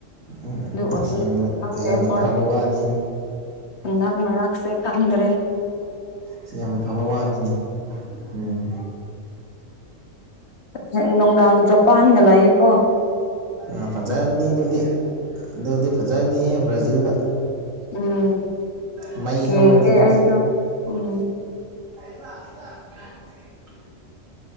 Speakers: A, on the right (about 75°); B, on the left (about 55°).
A: ꯎꯝ ꯎꯝ
B: ꯑꯗꯨ ꯑꯣꯏꯔꯗꯤ
A: ꯑꯁ ꯌꯥꯝꯅ
B: ꯈꯪꯗꯦ
A: ꯌꯥꯝꯅ
B: ꯍꯣꯏ
A: ꯐꯕ ꯋꯥꯅꯤ
B: ꯍꯟꯗꯛ ꯃꯔꯛꯁꯦ ꯈꯗ꯭ꯔꯦ
A: ꯁꯤ ꯌꯥꯝ ꯐꯕ ꯋꯥꯅꯤꯅꯦ ꯎꯝ
B: ꯑꯗꯨꯅ ꯅꯨꯡꯗꯥꯡ ꯖꯥꯄꯥꯟꯥꯒ ꯂꯩꯑꯦꯀꯣ
A: ꯑ ꯐꯖꯒꯅꯤ ꯑꯗꯨꯗꯤ ꯑꯗꯨꯗꯤ ꯐꯖꯒꯅꯤ ꯍꯦ ꯕ꯭ꯔꯥꯖꯤꯜꯒ
B: ꯎꯝ
A: ꯃꯩ ꯍꯧꯔꯅꯤ
B: ꯌꯦꯡꯒꯦ
A: ꯑꯗꯨꯗꯤ
B: ꯑꯩꯁꯨ ꯎꯝ
A: <unintelligible>